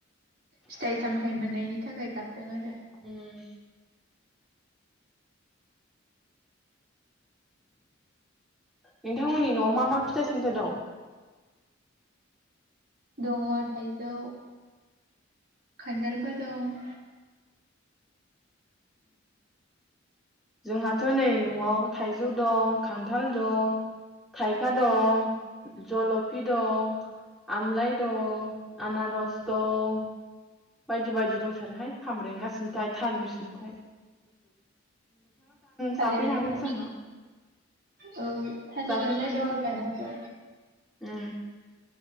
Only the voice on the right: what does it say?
फिथाइ सामथायाइ मोननायनि थाखाय गाबदों आरो
दङ थाइजौ खान्थालबो दं
थालिरालाय
औ थालिरालाय
दं दानाबो